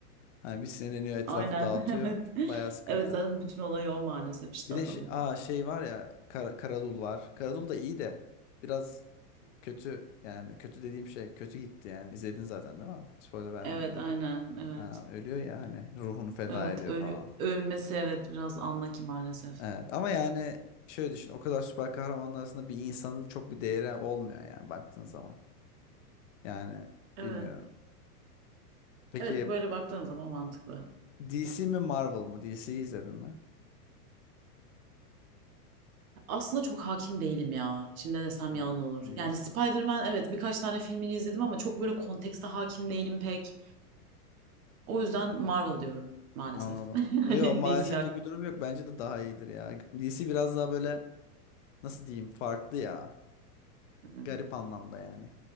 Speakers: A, on the left (about 55°); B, on the right (about 65°).
A: Hani bir sinirleniyor etrafı
B: Aynen,
A: dağıtıyor.
B: <laughs> evet.
A: Bayağı sıkıntı.
B: Evet zaten bütün olayı o maalesef işte
A: Bir
B: adamın.
A: de şey, aa, şey var ya Kar Karadul var. Karadul da iyi de biraz kötü yani kötü dediğim şey kötü gitti yani. İzledin zaten değil mi? Spoiler vermeyeyim
B: Evet,
A: de.
B: aynen, evet.
A: Ha, ölüyor ya hani ruhunu feda
B: Evet,
A: ediyor
B: ölü,
A: falan.
B: ölmesi evet biraz anla ki maalesef.
A: Evet ama yani şöyle düşün o kadar süper kahramanlar arasında bir insanın çok bir değeri olmuyor yani baktığın zaman. Yani
B: Evet.
A: bilmiyorum. Peki
B: Evet böyle baktığın zaman mantıklı.
A: DC mi Marvel mı? DC'yi izledin mi?
B: Aslında çok hakim değilim ya. Şimdi ne desem
A: Hmm,
B: yalan olur.
A: DC.
B: Yani Spider-Man evet birkaç tane filmini izledim ama çok böyle kontekste hakim değilim pek. O yüzden Marvel diyorum maalesef.
A: Anladım.
B: <laughs> Yani
A: Yok maalesef
B: DC hakim.
A: bir durum yok. Bence de daha iyidir ya. DC biraz daha böyle nasıl diyeyim farklı ya.
B: Hmm,
A: Garip anlamda yani.